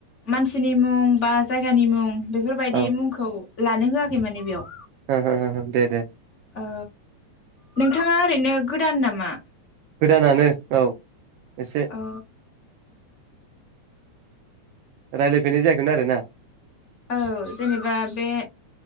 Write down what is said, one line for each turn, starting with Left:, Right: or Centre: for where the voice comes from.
Left: मानसिनि मुं बा जायगानि मुं बेफोरबायदि
Right: औ ओ
Left: मुंखौ लानो होआखै माने बेयाव।
Right: हो हो दे दे।
Left: ओ नोंथाङा ओरैनो गोदान नामा?
Right: गोदानानो औ। एसे
Left: औ
Right: रायलायफेरनाय जायाखैमोन आरो ना।
Left: औ जेनेबा बे